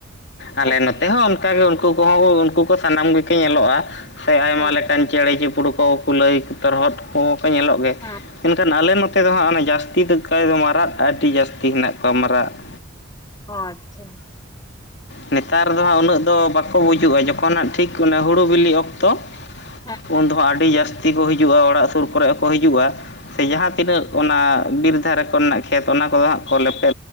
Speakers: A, on the left; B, on the left.
A: ᱟᱞᱮ
B: ᱟᱪᱪᱷᱟ
A: ᱱᱚᱛᱮ ᱦᱚᱸ ᱚᱱᱠᱟ ᱜᱮ ᱩᱱᱠᱩ ᱠᱚᱦᱚᱸ ᱩᱱᱠᱩ ᱠᱚ ᱥᱟᱱᱟᱢ ᱜᱮᱠᱚ ᱧᱮᱞᱚᱜᱼᱟ ᱥᱮ ᱟᱭᱢᱟ
B: ᱦᱮᱸ
A: ᱞᱮᱠᱟᱱ ᱪᱮᱬᱮ ᱪᱤᱯᱲᱩ ᱠᱚ ᱠᱩᱞᱟᱹᱭ ᱛᱚᱨᱦᱚᱫ ᱠᱚᱠᱚ ᱧᱮᱞᱚᱜ ᱜᱮ
B: ᱦᱮᱸ
A: ᱢᱮᱱᱠᱷᱟᱱ ᱟᱞᱮ ᱱᱚᱛᱮ ᱫᱚ ᱦᱟᱸᱜ ᱚᱱᱟ ᱡᱟᱹᱥᱛᱤ ᱫᱚ ᱠᱟᱭ ᱫᱚ ᱢᱟᱨᱟᱫ ᱟᱹᱰᱤ ᱡᱟᱹᱥᱛᱤ ᱦᱮᱱᱟᱜ ᱠᱚᱣᱟ ᱢᱟᱨᱟᱫ ᱾
B: ᱦᱚᱸ ᱟᱪᱪᱷᱟ
A: ᱱᱮᱛᱟᱨ ᱫᱚ ᱦᱟᱸᱜ ᱩᱱᱟᱹᱜ ᱫᱚ ᱵᱟᱠᱚ ᱵᱩᱡᱩᱜ-ᱟ ᱡᱚᱠᱷᱚᱱ ᱦᱟᱸᱜ ᱴᱷᱤᱠ ᱦᱩᱲᱩ ᱵᱤᱞᱤᱜ ᱚᱠᱛᱚᱼᱼ
B: ᱦᱮᱸ
A: ᱩᱱ ᱫᱚ ᱦᱟᱜ ᱟᱹᱰᱤ ᱡᱟᱹᱥᱛᱤ ᱠᱚ ᱦᱤᱡᱩᱜ-ᱟ ᱚᱲᱟᱜ ᱥᱩᱨ ᱠᱚᱨᱮᱜ ᱦᱚᱸᱠᱚ ᱦᱤᱡᱩᱜ-ᱟ᱾ ᱥᱮ ᱡᱟᱦᱟᱸ ᱛᱤᱱᱟᱹᱜ ᱚᱱᱟ ᱵᱤᱨ ᱫᱷᱟᱨᱮ ᱠᱚᱨᱮᱱᱟᱜ ᱠᱷᱮᱛ ᱚᱱᱟ ᱠᱚᱫᱚ ᱦᱟᱸᱜ ᱠᱚ ᱞᱮᱯᱮ